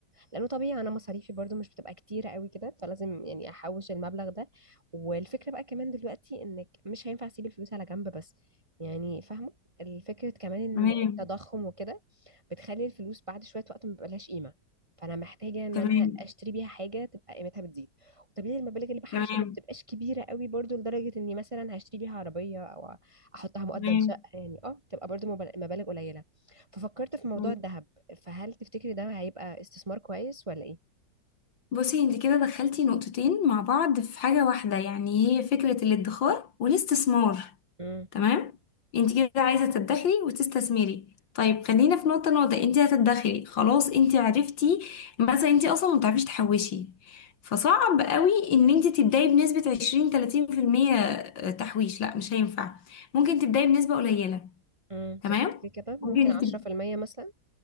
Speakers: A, on the right (about 15°); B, on the left (about 85°).
A: لانه طبيعي انا مصاريفي برضو مش بتبقى كتيره قوي كده فلازم يعني احوش المبلغ ده والفكره بقى كمان دلوقتي انك مش هينفع اسيب الفلوس على جنب بس يعني فاهمه الفكره كمان ان
B: تمام
A: التضخم وكده بتخلي الفلوس بعد شويه وقت ما بيبقالهاش قيمه فانا محتاجه ان
B: تمام
A: انا اشتري بيها حاجه تبقى قيمتها بتزيد وطبيعي المبالغ اللي بحوشها
B: تمام
A: ما بتبقاش كبيره قوي برضو لدرجه اني مثلا هشتري بيها عربيه او احطها مقدم
B: تمام
A: شقه يعني اه تبقى برضو مبالغ مبالغ قليله ففكرت في موضوع
B: حلو.
A: الذهب فهل تفتكري ده هيبقى استثمار كويس ولا ايه؟
B: بصي انت كده دخلتي نقطتين مع بعض في حاجه واحده يعني هي فكره الادخار والاستثمار
A: امم
B: تمام انت كده عايزه تدخري وتستثمري طيب خلينا في نقطه نقطه انت هتدخري خلاص انت عرفتي مثلا انت اصلا ما بتعرفيش تحوشي فصعب قوي ان انت تبداي بنسبه 20 30% تحويش لا مش هينفع ممكن تبداي بنسبه قليله
A: امم تفتكري
B: تمام
A: كده ممكن
B: ممكن
A: 10%
B: تب...
A: مثلا؟